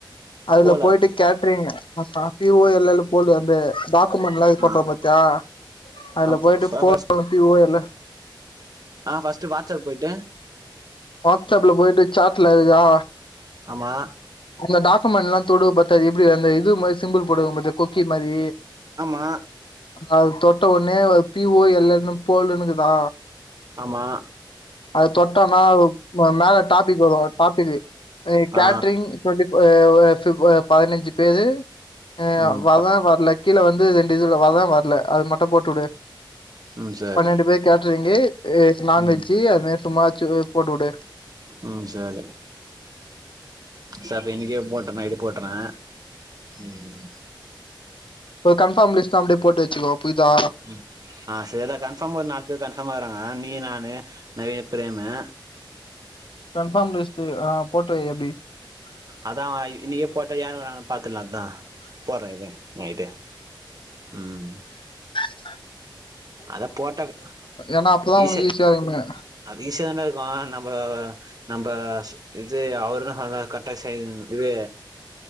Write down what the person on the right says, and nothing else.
போல
ஆ
அ
ஃப
ஃபஸ்ட்
ஆ ஃபஸ்ட் வாட்ஸ்அப் போயிட்டு
ஆமா
ஆமா
ஆமா
ஆ
ம்
ப
ம் சரி
ம்
ம் சரி சரி இன்னைகே போட்ட நா போட்டுறே ம்
ம் ஆ சேரி டா கன்ஃபார்ம் ஒரு நாலு பேர் கன்ஃபாம் ஆறாங்க அ நீ நானு நவீ பிரேமு
அதான் இன்னிக்கே போட்டா யேன் வராங்கன்னு பாத்துலதா போடுறே இரு நையிட்டு ம்
அத போட்டது
ஈஸு
அது ஈஸியா தான்டா இருக்கும் நம்போ நம்ம இது அவருனு சொல்ர கரெக்டாக இது